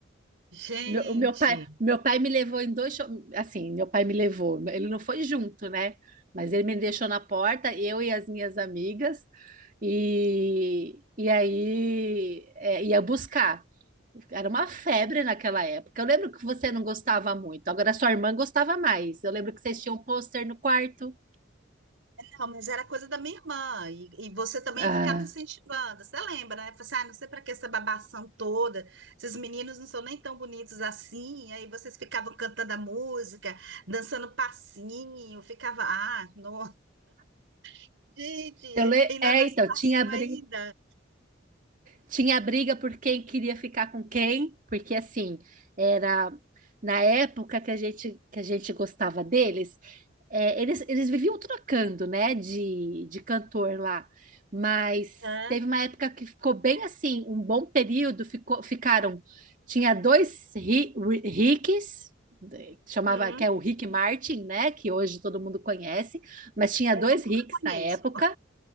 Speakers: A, on the right; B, on the right.
A: Gente.
B: Meu, o meu pai, meu pai me levou em dois shows. Assim, meu pai me levou. Ele não foi junto, né? Mas ele me deixou na porta, eu e as minhas amigas, e, e aí é, ia buscar. Era uma febre naquela época. Eu lembro que você não gostava muito, agora sua irmã gostava mais. Eu lembro que vocês tinham um pôster no quarto.
A: Não, mas era coisa da minha irmã, e, e você também
B: Ah,
A: ficava incentivando. Você lembra, né? Falei assim, ah, não sei para que essa babação toda, esses meninos não são nem tão bonitos assim. Aí vocês ficavam cantando a música, dançando passinho, ficava, ah, não, <laughs> gente,
B: eu le...
A: ainda
B: É,
A: dança
B: então,
A: passinho
B: tinha briga.
A: ainda.
B: Tinha briga por quem queria ficar com quem, porque assim, era na época que a gente, que a gente gostava deles, é, eles, eles viviam trocando, né, de, de cantor lá, mas
A: Hã?
B: teve uma época que ficou bem assim, um bom período, ficou, ficaram, tinha dois ri, ri- Ricks, eh, chamava,
A: Hum,
B: que é o Rick Martin, né, que hoje todo mundo conhece, mas tinha
A: é
B: dois
A: o único
B: Ricks
A: que eu conheço.
B: na época,